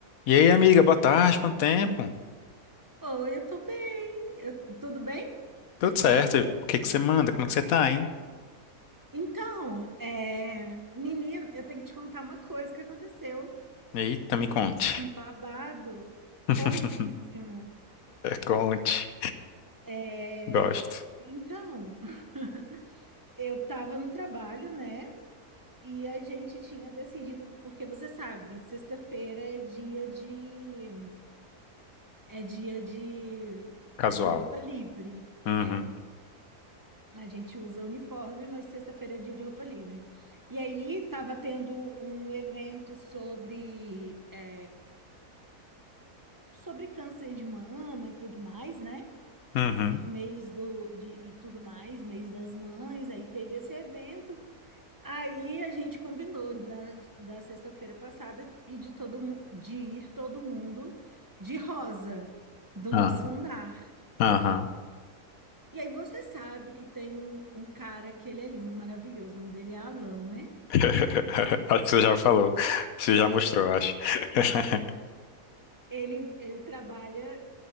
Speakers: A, on the left; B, on the right.
A: E aí, amiga, boa tarde, quanto tempo?
B: Oi, eu tô bem. Eu- tudo bem?
A: Tudo certo? O que que você manda? Como é que você tá, hein?
B: Então, é, menino, eu tenho que te contar uma coisa que aconteceu.
A: Eita, me conte.
B: Um Babado fortíssimo.
A: <laughs> Conte.
B: É,
A: Gosto.
B: então, <laughs> eu tava no trabalho, né? E a gente tinha decidido, porque você sabe, sexta-feira é dia de, é dia de,
A: Casual.
B: de roupa livre.
A: Uhum.
B: É. A gente usa uniforme, mas sexta-feira é dia de roupa livre. E aí tava tendo um evento sobre é, sobre câncer de mama e tudo mais, né?
A: Uhum.
B: Mês do de, e tudo mais, mês das mães, aí teve esse evento. Aí a gente combinou da, da sexta-feira passada e de todo mu- de ir todo mundo de rosa do
A: Ah,
B: nosso andar.
A: aham.
B: E aí você sabe que tem um, um cara que ele é lindo, maravilhoso, o nome dele é Alan, né?
A: <laughs> Acho que você já falou. Você já mostrou, acho. <laughs>
B: Ele, ele trabalha